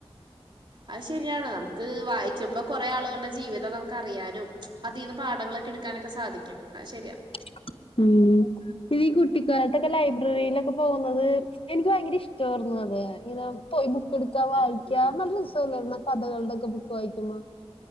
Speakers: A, on the right (about 50°); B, on the left (about 60°).
A: അത് ശരിയാണ് നമുക്ക് വായിക്കുമ്പോ കൊറേ ആളുകളുടെ ജീവിതം നമുക്ക് അറിയാനും അതിന്ന് പാടങ്ങളൊക്കെടുക്കാനൊക്കെ സാധിക്കും. അത് ശരിയാണ്
B: <inaudible> മ് ഈ കുട്ടിക്കാലത്തൊക്കെ ലൈബ്രറിയിലൊക്കെ പോകുന്നത് എനിക്ക് ഭയങ്കര ഇഷ്ടം വായ്ര്ന്നു അത് ഇങ്ങനെ പോയി ബുക്ക്‌ടുക്കാ വായിക്കാ നല്ല രസല്ലരുന്നൊ കഥകളുടെൊക്കെ ബു ക്ക് വായിക്കുമ്പോ